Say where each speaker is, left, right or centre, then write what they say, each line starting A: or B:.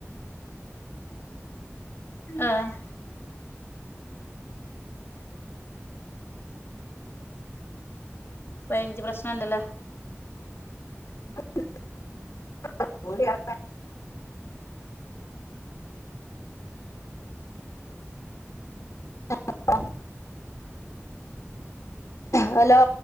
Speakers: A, on the left; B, on the left.
A: ആഹ് റൈഞ്ച് പ്രശ്നംണ്ട്ല്ലേ
B: <inaudible> അപ്പം ഹലോ